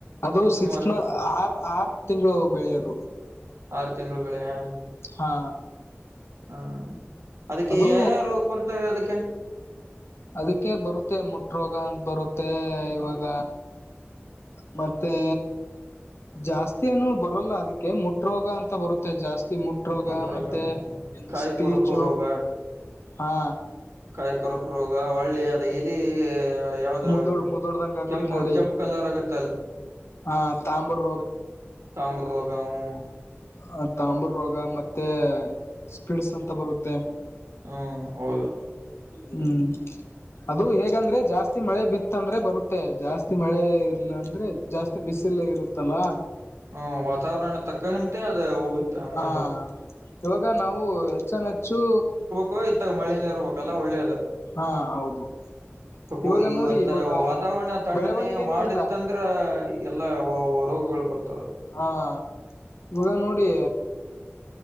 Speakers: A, on the left; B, on the right.
A: ಅದು ಸೆಕ್ಸ್
B: ಸುಮಾರು
A: ಮೊಂತ್ ಆರ್ ಆರ್ ತಿಂಗಳು ಬೇಳಿ ಅದು
B: ಆರು ತಿಂಗಳು ಬೇಳಿಯ
A: ಹಾ
B: ಹ್ಮ ಅದಕ್ಕೆ
A: ಅದು
B: ಯಾಯಾವ ರೋಗ ಬರ್ತವೆ ಅದಕ್ಕೆ
A: ಅದಕ್ಕೆ ಬರುತ್ತೆ ಮುಟ್ರೋಗ ಅಂತ ಬರುತ್ತೆ ಇವಾಗ ಮತ್ತೆ ಜಾಸ್ತಿ ಏನು ಬರಲ್ಲ ಅದಕ್ಕೆ ಮುಟ್ ರೋಗ ಅಂತ ಬರುತ್ತೆ ಜಾಸ್ತಿ ಮುಟ್ರೋಗ
B: ಮುಟ್ ರೋಗ
A: ಮತ್ತೆ
B: ಕಾಯಿ
A: ಸ್ಪೀಚ
B: ಕೊರಕೋ ರೋಗ
A: ಹಾ
B: ಕಾಯಿ ಕೊರಕ್ ರೋಗ ಹೋಳ್ಳೆ ಅದ ಎಲಿ ಯಾವ್ದ
A: ಮುದುಡ್ ಮುದುಡ್ದಂಗ ಆಗುತ್
B: ಕೆಂಪು
A: ನೋಡಿ
B: ಕೆಂಪು ಕಲರ್ ಆಗತ್ತಲ್ಲ
A: ಆ ತಾಂಬೂರ್
B: ತಾಂಬರ್ ರೋಗ ಹ್ಮ್
A: ಆ ತಂಬ್ರ ರೋಗ ಮತ್ತೆ ಸ್ಪಿಡ್ಸ್ ಅಂತ ಬರುತ್ತೆ
B: ಹ್ಮ್ ಹೌದು
A: ಹ್ಮ್ ಅದು ಹೇಗಂದ್ರೆ ಜಾಸ್ತಿ ಮಳೆ ಬಿದ್ದ ಇತ್ತಂದ್ರೆ ಬರುತ್ತೆ ಜಾಸ್ತಿ ಮಳೆ ಇಲ್ಲ ಅಂದ್ರೆ ಜಾಸ್ತಿ ಬಿಸಿಲು ಇರುತ್ತಲ್ಲ
B: ಹ್ಮ ವಾತಾವರಣ ತಕ್ಕಂತೆ ಅದು ಹೋಗುತ್ತ ಹಂಗಂದ್ರ
A: ಹಾ ಇವಾಗ ನಾವು ಹೆಚ್ಚನ್ ಹೆಚ್ಚು
B: ಪೋ ಇತ್ತಾಗ ಮಳಿನೆ ಇರ್ಬೇಕಲ್ಲ ಒಳ್ಳೇದು
A: ಹಾ ಹೌದು
B: ಸ್ವಲ್ಪ
A: ಇವಾಗ ನೋಡಿ ಇವಾಗ
B: ವಾತಾವರಣ ತಣ್ಣನೇ
A: ಬೆಳವಣಿಗೆನೇ
B: ಮಾಡ
A: ಇಲ್ಲ
B: ಯಿತ ಅಂದರೆ ಎಲ್ಲಾ ರೋಗಗಳು ಬರುತ್ತೆ
A: ಹಾ ಇವಾಗ ನೋಡಿ